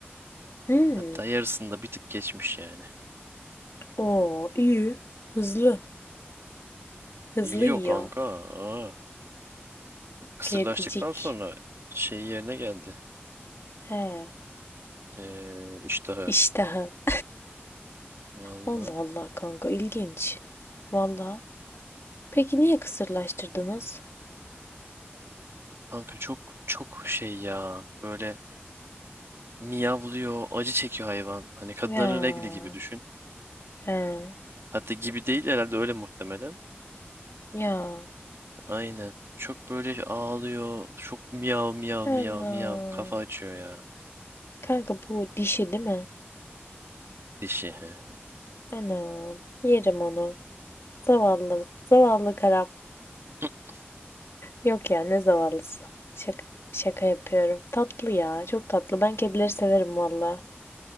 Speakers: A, on the left (about 80°); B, on the right (about 75°).
A: Hmm.
B: Hatta yarısında bir tık geçmiş yani.
A: Oo, iyi. Hızlı. Hızlı
B: Yok
A: yiyor.
B: kanka. Aa, kısırlaştıktan
A: Kedicik.
B: sonra şey yerine geldi.
A: He.
B: Ee, iştahı.
A: İştahı. <laughs>
B: Vallahi.
A: Allah Allah kanka ilginç. Valla. Peki niye kısırlaştırdınız?
B: Kanka çok çok şey ya. Böyle miyavlıyor, acı çekiyor hayvan. Hani kadınların
A: Ya,
B: regli gibi düşün.
A: he,
B: Hatta gibi değil herhalde öyle muhtemelen.
A: ya,
B: Aynen. Çok böyle ağlıyor. Çok miyav miyav miyav
A: anam.
B: miyav. Kafa açıyor ya.
A: Kanka bu dişi değil mi?
B: Dişi. he.
A: Anam, yerim onu. Zavallı, zavallı karam.
B: <laughs>
A: Yok ya, ne zavallısı. Şaka, şaka yapıyorum. Tatlı ya, çok tatlı. Ben kedileri severim valla,